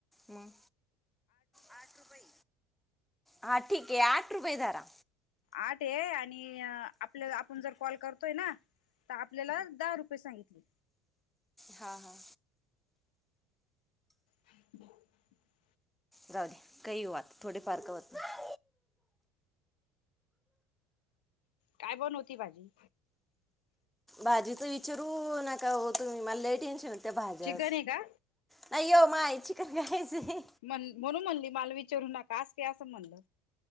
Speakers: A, in the centre; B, on the left.
A: म आठ रुपये, हा ठीक आहे आठ रुपये धरा.
B: आठ आहे आणि आपलं आपण जर कॉल करतोय ना. तर आपल्याला दहा रुपये सांगितले,
A: हा, हा
B: <inaudible>
A: जाऊदे काही हो आता थोडे फार का होत नाही,
B: काय बण होती भाजी.
A: भाजीच विचारू नका हो तुम्ही मला ल टेन्शन त्या भाज्या,
B: चिकन आहे का
A: नाही ये माय चिकन खायचे,
B: म्हण म्हणून म्हणली माल विचारू नकास की असं म्हणलं,